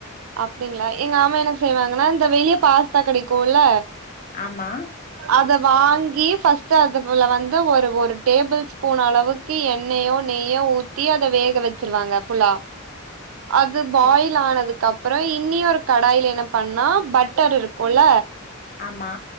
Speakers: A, on the right; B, on the left.
A: அப்டிங்களா எங்க அம்மா என்ன செய்வாங்கன்னா இந்த வெளிய பாஸ்தா கெடைக்குல்ல
B: ஆமா
A: அத வாங்கி ஃபர்ஸ்ட்டு அது புல வந்து ஒரு ஒரு டேபுள் ஸ்பூன் அளவு கி எண்ணயோ நெய்யோ ஊத்தி அத வேக வச்சுருவாங்க ஃபுலா அது பாயில்
B: சரி.
A: ஆனது கப்பறோ இன்னியொரு கடாய்ல என்ன பண்ணா பட்டர் இருக்குல
B: ஆமா